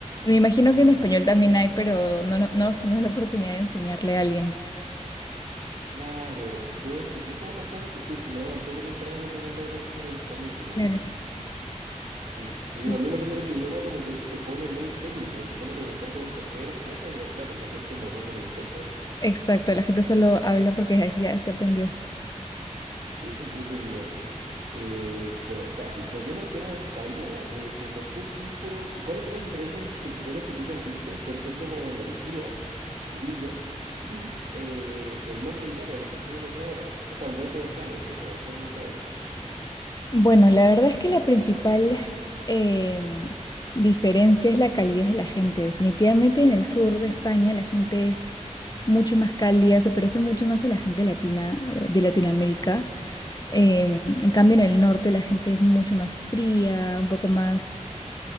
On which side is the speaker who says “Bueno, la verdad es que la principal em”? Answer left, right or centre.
Left